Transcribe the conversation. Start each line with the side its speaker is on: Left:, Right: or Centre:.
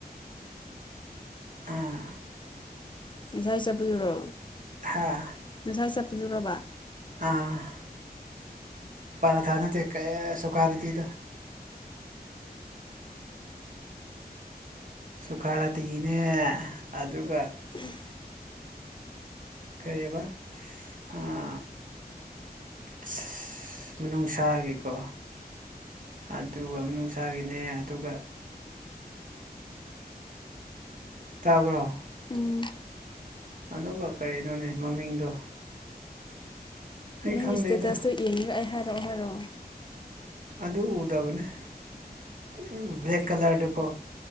Right: ꯎꯝ
Left: ꯉꯁꯥꯏ ꯆꯠꯄꯗꯨꯔꯣ
Right: ꯍꯥꯥ
Left: ꯉꯁꯥꯏ ꯆꯠꯄꯗꯨꯔꫭꯕ
Right: ꯎꯝ ꯄꯔꯥ ꯊꯥ ꯅꯠꯇꯦ ꯀꯩ ꯁꯨꯀꯔꯨꯇꯤꯗꯣ ꯁꯨꯈꯔꯇꯤꯅꯦ ꯑꯗꯨꯒ
Left: ꯎꯝ
Right: ꯀꯔꯤꯑꯕ ꯑꯥ ꯑꯁ ꯃꯅꯨꯡꯁꯥꯒꯤꯀꯣ ꯑꯗꯨꯒ ꯃꯅꯨꯡꯁꯥꯒꯤꯅꯦ ꯑꯗꯨꯒ ꯇꯥꯕ꯭ꯔꯣ
Left: ꯎꯝ
Right: ꯑꯗꯨꯒ ꯀꯔꯤꯅꯣꯅꯦ ꯃꯃꯤꯡꯗꯣ ꯑꯩ
Left: ꯅꯪꯒꯤ
Right: ꯈꯪꯗꯦꯗ
Left: ꯏꯁꯇꯦꯇꯁꯇꯣ ꯌꯦꯡꯉꯒ ꯑꯩ ꯍꯥꯏꯔꯛꯑꯣ ꯍꯥꯏꯔꯣ
Right: ꯑꯗꯨ ꯎꯗꯕꯅꯦ <unintelligible> ꯕ꯭ꯂꯦꯛ ꯀꯂꯔꯗꯣꯀꯣ